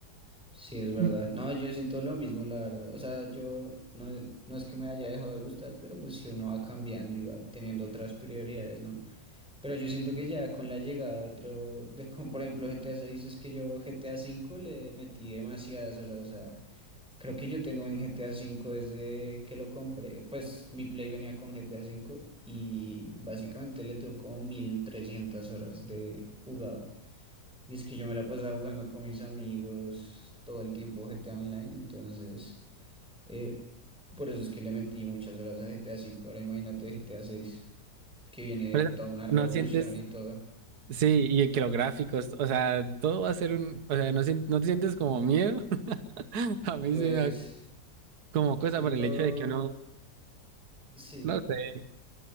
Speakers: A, in the centre; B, on the right.
A: sí, es verdad.
B: Mm.
A: No, yo siento lo mismo, la verdad. O sea, yo no, no es que me haya dejado de gustar, pero pues si uno va cambiando y va teniendo otras prioridades, ¿no? Pero yo siento que ya con la llegada de otro, de, como por ejemplo GTA 6, es que yo GTA 5 le metí demasiadas horas, o sea. Creo que yo tengo en GTA V desde que lo compré. Pues mi Play venía con GTA V y básicamente le tuvo como 1300 horas de jugado. Y es que yo me la pasaba jugando con mis amigos todo el tiempo GTA Online, entonces eh, por eso es que le metí muchas horas a GTA V. Ahora imagínate GTA VI, que viene
B: Pero
A: toda una revolución
B: no sientes,
A: y todo.
B: sí, y que los gráficos, o sea, todo va a ser un, o sea, no, sien- no te sientes como miedo <laughs> A mí
A: Pues
B: sí me da como cosa
A: siento,
B: por el hecho de que uno,
A: sí.
B: no sé,